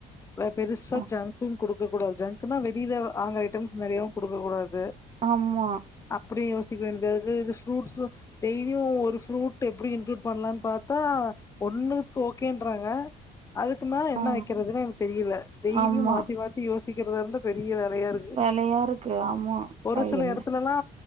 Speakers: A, on the left; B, on the right.
A: நா பெருசா
B: அ
A: ஜங்க்கு குடுக்க கூடாது ஜன்குனா வெளிய வாங்ர ஐட்டம்ஸ் நிறையவு கொடுக்க கூடாது து
B: ஆமா
A: அப்டியு <unintelligible> ஃப்ரூட்ஸும் டய்லியு ஒரு ஃப்ரூட் எப்டி இன்களூட் பண்ணலாம்னு பாத்தா ஒன்னுக்கு ஓகேன்றாங்க அதுக்கு மேல என்ன
B: ஆ
A: வைக்கிறதுன்னு எனக்கு தெரியல டெய்லியு
B: ஆமா
A: மாத்தி மாத்தி யோஸ் சிகறது இருந்து பெரி வேறையா இருக்கு
B: வேலையா இருக்கு ஆமாக்கா
A: ஒரு சில
B: என்ன
A: எடத்துலல்லா